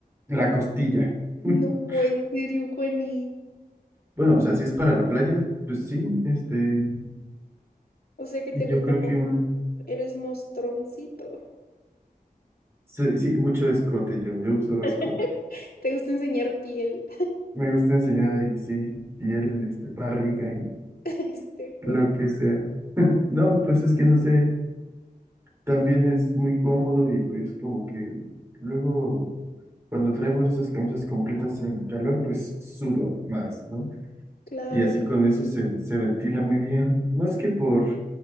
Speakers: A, on the right; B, on the left.
A: la costilla. <laughs>
B: No, en serio, Juani.
A: Bueno, o sea, si es para la playa, pues sí, este,
B: O sea que
A: y
B: te
A: yo
B: gusta
A: creo
B: mostrar.
A: que un,
B: Eres mostroncito.
A: sí, sí, mucho escote, yo, yo uso escote.
B: <laughs> Te gusta enseñar piel.
A: Me gusta enseñar ahí, sí, piel, este, barriga y
B: <laughs> Este,
A: lo
B: Juan.
A: que sea. No, pues es que no sé, también es muy cómodo y pues como que luego cuando traigo esas camisas completas en calor, pues sudo más, ¿no?
B: Claro.
A: y así con eso se, se ventila muy bien. Más que por,